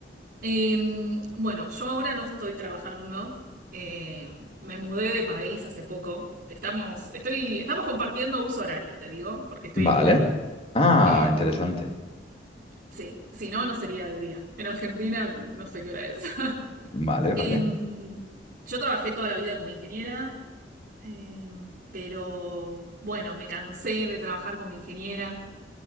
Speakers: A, on the right; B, on the left.
A: Eh, bueno, yo ahora no estoy trabajando. eh, me mudé de país hace poco. Estamos, estoy, estamos compartiendo uso horario, te digo, porque estoy
B: Vale.
A: en Italia.
B: Ah,
A: Eh,
B: interesante.
A: sí, si no, no sería de día. En Argentina no sé qué hora es. <laughs>
B: Vale, vale.
A: Eh, yo trabajé toda la vida como ingeniera, eh, pero bueno, me cansé de trabajar como ingeniera